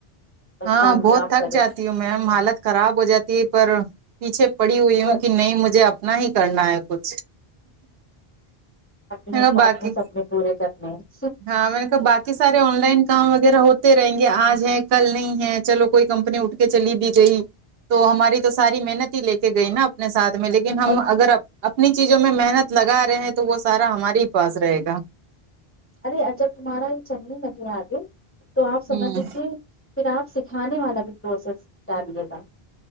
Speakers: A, on the left; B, on the right.
A: بس
B: ہاں
A: کامیاب
B: بہت تھک
A: کرے
B: جاتی ہے ہ میم حالت خراب ہو جاتی ہے پر پیچھے پڑی ہوئی ہوں
A: پر
B: کہ نہیں مجھے اب اتنا ہی کرنا ہے کچھ
A: اپنے
B: میں نے کہا
A: کو اپنے
B: باقی
A: سپنے پورے کرنے ہیں
B: ہاں میں نے تو بات ی سارے آن لائن کام وغیرہ ہوتے رہیں گے آج ہے کل نہیں ہے چلو کوئی کمپنی اٹھ کے چلی بھی گئی تو ہماری تو ساری محنت ہی لے کے گئی نا اپنے ساتھ میں لیکن ہم
A: اور
B: اگر اپنی چیزوں میں محنت لگا رہے ہیں تو وہ سارا ہمارے ہی پاس رہے گا
A: ارے جب تمہارا یہ چننی ندیا آگی تو آپ سمجھ
B: ہوں
A: لیجیے <unintelligible> پھر آپ سکھانے والا بھی پروسیس ڈالیے گا